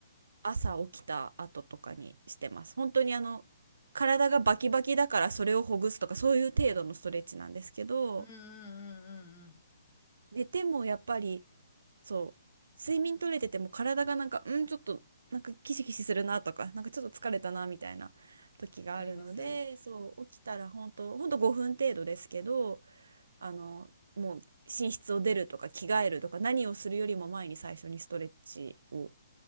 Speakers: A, on the right; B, on the left.
A: 朝起きた後とかにしてます。本当にあの、体がバキバキだからそれをほぐすとか、そういう程度のストレッチなんですけど、
B: うんうんうんうんうん。
A: 寝てもやっぱりそう、睡眠取れてても体がなんか、うん、ちょっと、なんかキシキシするなとか、なんかちょっと疲れたなみたいな時があるので、
B: わかります。
A: そう、起きたら本当、本当5分程度ですけど、あの、もう寝室を出るとか着替えるとか何をするよりも前に最初にストレッチを